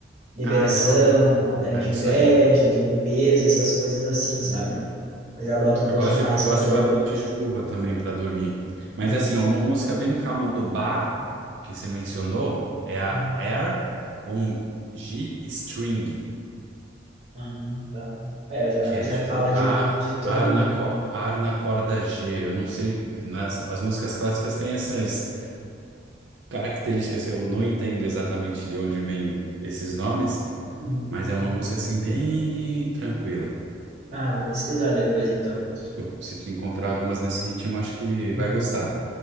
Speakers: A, on the right; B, on the right.
A: liberação,
B: Ah, eu já ouvi falar
A: né? De
B: É isso
A: inveja,
B: aí.
A: de limpeza, essas coisas assim, sabe?
B: Entendi.
A: Eu já boto um pouquinho
B: Eu gosto
A: mais
B: de, eu gosto
A: para dormir.
B: de barulho de chuva também pra dormir. Mas
A: Uhum.
B: assim, ó, uma música bem calma do Bach que você mencionou é a
A: Uhum.
B: Air on G String,
A: Ah, tá. Aí, ó, já,
B: que é
A: já
B: tipo
A: fala
B: A,
A: de, de tom,
B: ar
A: né?
B: na, co-
A: Uhum.
B: ar na corda G. Eu não sei, nas, as músicas clássicas têm essas características que eu não entendo exatamente de onde vêm esses nomes,
A: Uhum.
B: mas é uma música assim bem tranquila.
A: Ah, vou pesquisar depois, então.
B: Se tu, se tu encontrar algumas nesse ritmo, acho que
A: Uhum.
B: vai gostar.